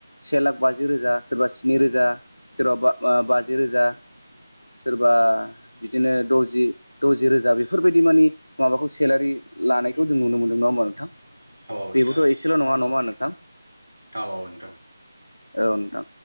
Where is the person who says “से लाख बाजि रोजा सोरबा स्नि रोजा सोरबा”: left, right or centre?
Left